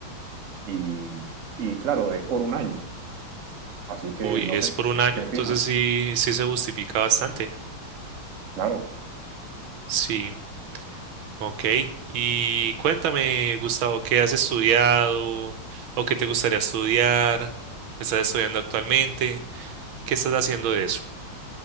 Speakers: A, on the right; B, on the right.
A: Y, y claro, es por un año, así que
B: Uy,
A: no
B: es
A: sé,
B: por un año,
A: ¿qué opinas?
B: entonces sí, sí se justifica bastante.
A: Claro.
B: Sí, ok. Y cuéntame, Gustavo, ¿qué has estudiado o qué te gustaría estudiar? ¿Estás estudiando actualmente? ¿Qué estás haciendo de eso?